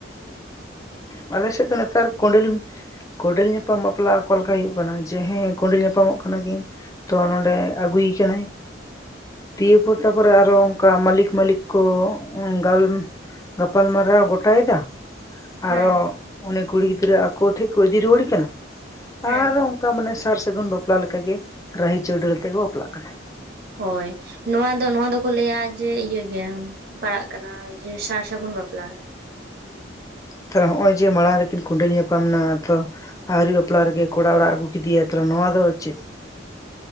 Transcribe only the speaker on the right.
ᱦᱮᱸ
ᱦᱮᱸ
ᱦᱳᱭ ᱱᱚᱣᱟ ᱫᱚ ᱱᱚᱣᱟ ᱫᱚᱠᱚ ᱞᱟᱹᱭᱟ ᱡᱮ ᱤᱭᱟᱹᱟᱹᱜ ᱜᱮ ᱯᱟᱲᱟᱜ ᱠᱟᱱᱟ ᱡᱮ ᱥᱟᱨ ᱥᱟᱹᱜᱩᱱ ᱵᱟᱯᱞᱟ ᱨᱮ